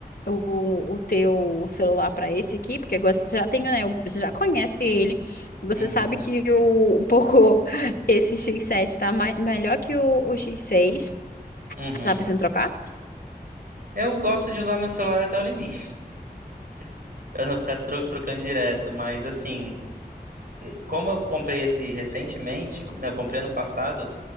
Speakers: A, on the left (about 65°); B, on the right (about 65°).
A: o, o teu celular pra esse aqui? Porque agora você já tem, né? o- Você já conhece ele. Você
B: Uhum.
A: sabe que o, um pouco <laughs> esse x sete tá mai, melhor que o, o x seis,
B: Uhum.
A: Você tá pensando em trocar?
B: Eu gosto de usar meu celular até o limite, <laughs> pra não ficar tro- trocando direto, mas assim, como eu comprei esse recentemente, não, eu comprei ano passado,